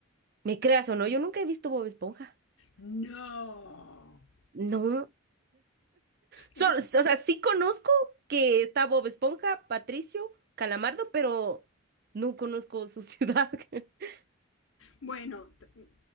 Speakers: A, on the right; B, on the left.
A: ¿Me creas o no? Yo nunca he visto Bob Esponja.
B: No.
A: No. So-
B: Eh,
A: o sea, sí conozco que está Bob Esponja, Patricio, Calamardo, pero no conozco su ciudad. <laughs>
B: Bueno, t- mm,